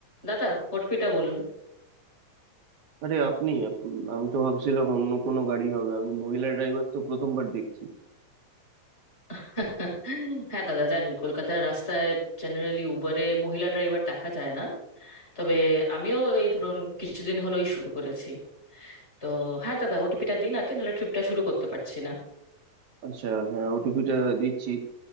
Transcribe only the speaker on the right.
আরে আপনি আপ- আমি তো ভাবছিলাম অন্য কোনো গাড়ি হবে আমি মহিলা ড্রাইভার তো প্রথমবার দেখছি
আচ্ছা হ্যাঁ ওটিপিটা দিচ্ছি